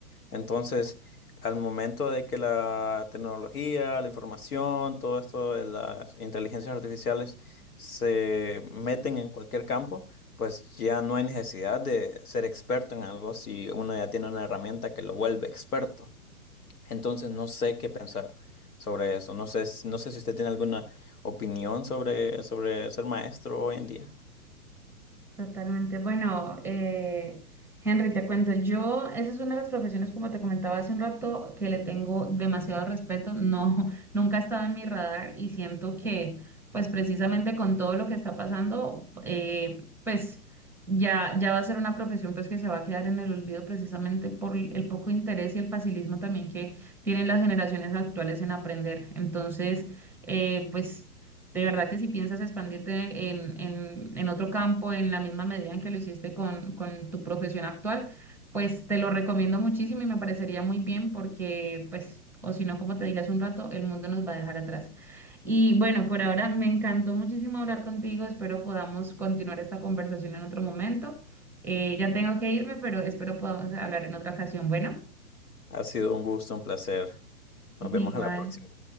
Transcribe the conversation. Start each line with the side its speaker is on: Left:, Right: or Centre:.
Left: Entonces, al momento de que la tecnología, la información, todo esto de las inteligencias artificiales se meten en cualquier campo, pues ya no hay necesidad de ser experto en algo si uno ya tiene una herramienta que lo vuelve experto. Entonces no sé qué pensar sobre eso. No sé, s- no sé si usted tiene alguna opinión sobre, sobre ser maestro hoy en día.
Centre: Totalmente. Bueno, eh, Henry, te cuento, yo, esa es una de las profesiones, como te comentaba hace un rato, que le tengo demasiado respeto. No, <laughs> nunca ha estado en mi radar y siento que, pues precisamente con todo lo que está pasando, eh, pues ya, ya va a ser una profesión pues que se va a quedar en el olvido precisamente por el poco interés y el facilismo también que tienen las generaciones actuales en aprender. Entonces, eh, pues... De verdad que si piensas expandirte en, en, en otro campo en la misma medida en que lo hiciste con, con tu profesión actual, pues te lo recomiendo muchísimo y me parecería muy bien porque, pues, o si no, como te dije hace un rato, el mundo nos va a dejar atrás. Y bueno, por ahora me encantó muchísimo hablar contigo. Espero podamos continuar esta conversación en otro momento. Eh, ya tengo que irme, pero espero podamos hablar en otra ocasión. Bueno,
Left: Ha sido un gusto, un placer. Nos
Centre: <laughs>
Left: vemos
Centre: igual.
Left: a la próxima.